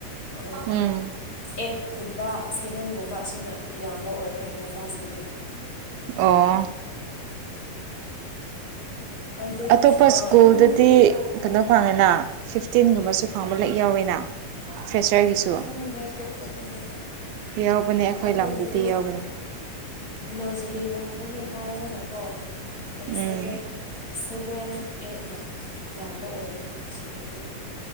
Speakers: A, on the left (about 25°); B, on the right (about 85°).
A: ꯎ
B: ꯎꯝ
A: ꯑꯩꯠ ꯀꯨꯝꯕ ꯁꯚꯦꯟꯒꯨꯝꯕ ꯑꯁꯤꯅ ꯌꯥꯝꯕ ꯑꯣꯏꯔꯦ ꯍꯥꯏꯌꯔ ꯀ꯭ꯂꯥꯁꯀꯤꯗꯤ
B: ꯑꯣ
A: ꯍꯥꯏꯗꯤ
B: ꯑꯇꯣꯞꯄ
A: ꯑꯗꯨꯝ
B: ꯁ꯭ꯀꯨꯜꯗꯗꯤ ꯀꯩꯅꯣ ꯐꯪꯉꯦꯅ ꯐꯤꯐꯇꯤꯟꯒꯨꯝꯕꯁꯨ ꯐꯪꯕ ꯂꯦꯛ ꯌꯥꯎꯋꯤꯅ ꯐ꯭ꯔꯦꯁꯔꯒꯤꯁꯨ
A: ꯈꯪꯗꯦ ꯑꯇꯣꯞꯄꯗꯗꯤ
B: ꯌꯥꯎꯕꯅꯦ ꯑꯩꯈꯣꯏ
A: ꯑꯩꯈꯣꯏꯗꯗꯤ
B: ꯂꯝꯗꯨꯗꯤ ꯌꯥꯎꯕꯅꯦ
A: ꯅꯔꯖꯔꯤꯒꯨꯝꯕꯒꯤ ꯍꯥꯏꯔꯒꯅꯀꯣ
B: ꯎꯝ
A: ꯁꯦꯚꯦꯟ ꯁꯚꯦꯟ ꯑꯩꯠꯅ ꯌꯥꯝꯕ ꯑꯣꯏꯌꯦ ꯁꯤꯗꯗꯤ